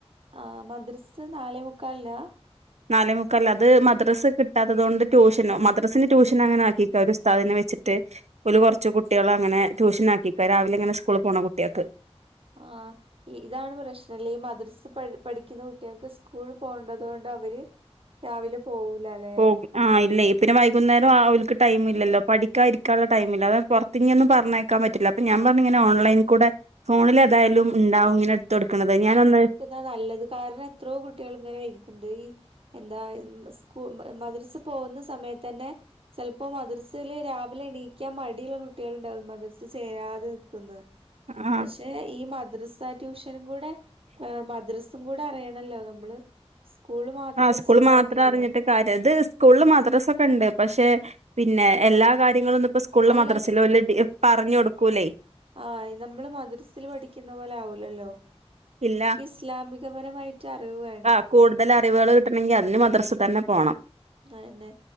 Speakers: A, on the right (about 55°); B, on the right (about 85°).
A: ആഹ് മദ്രസ് നാലേമുക്കാലിനാ?
B: നാലേമുക്കാലിന് അത് മദ്രസ് കിട്ടാത്തത് കൊണ്ട് ട്യൂഷനോ മദ്രസിന് ട്യൂഷൻ അങ്ങനാക്കിക്കാ ഒരു ഉസ്താദിനെ വെച്ചിട്ട് ഓല് കൊറച്ച് കുട്ടികള് അങ്ങനെ ട്യൂഷൻ ആക്കിക്കാ രാവിലെ ഇങ്ങനെ സ്കൂളി പോണ കുട്ട്യാക്ക്.
A: ആഹ്. ഇതാണ് പ്രശ്നം ലെ ഈ മദ്രസ് പഠ് പഠിക്കി‌ന്ന കുട്ട്യാക്ക് സ്കൂള് പോണ്ടത് കൊണ്ട് അവര് രാവിലെ പോവൂലാ ലെ.
B: പോകും ആഹ് ഇല്ലേയ് പിന്നെ വൈകുന്നേരം ആഹ് ഓൽക്ക് ടൈം ഇല്ലല്ലോ പഠിക്കാ ഇരിക്കാൻ ഇള്ള ടൈംമില്ല അതാ പൊറ ങ്ങൊന്നും പറഞ്ഞേക്കാൻ പറ്റില്ല അപ്പൊ ത്തിഞ് പറഞ്ഞയക്കാൻ പറ്റില്ല അപ്പം ഞാൻ പറഞ്ഞു ഇങ്ങനെ ഓൺലൈൻ കൂടെ ഫോണില് അതായാലും ഇണ്ടാവും ഇങ്ങനെ ത്ത് കൊട്ക്കണത് ഞാനൊന്ന്
A: ഇതാ നല്ലത് കാരണം എത്രോ കുട്ടികള് ഇങ്ങനെ വെര്ന്ന്ണ്ട് ഈ എന്താ ഇമ് സ്കൂ മദ്രസ പോകുന്ന സമയത്തന്നെ ചെൽപ്പോ മദ്രസെല് രാവിലെ എണീക്കാൻ മടിയുള്ള കുട്ടികള് ഇണ്ടാവും മദ്രസ ചേരാതെ നിക്ക്‌ന്ന്
B: ആഹ്
A: പക്ഷെ ഈ മദ്രസ ട്യൂഷനും കൂടെ മദ്രസ് ഇതും കൂടെ അറിയണല്ലോ നമ്മള് സ്കൂള് മാത്രം
B: ആഹ്
A: പഠിച്ച്ട്ട്
B: സ്കൂൾ
A: കാര്യില്ലല്ലോ
B: മാത്രം അറിഞ്ഞിട്ട് കാര്യം ഇത് സ്കൂളിൽ മദ്രസ ഒക്കെ ഇണ്ട് പക്ഷെ പിന്നെ എല്ലാ കാര്യങ്ങളും ഒന്നും ഇപ്പ സ്കൂളില്
A: അല്ല
B: മദ്രസല് ഓല് പറഞ് കൊട്ക്കൂലേ
A: ആയി നമ്മള് മദ്രസില് പഠിക്ക്‌ന്ന പോലെ ആവൂലല്ലോ?
B: ഇല്ല.
A: ഇസ്ലാമിക പരമായി ട്ടറിവ് വേ
B: ആഹ് കൂട്തല് അറിവുകള് കിട്ടണെങ്കി അതിന് മദ്രസി തന്നെ പോണം.
A: അ അന്നെ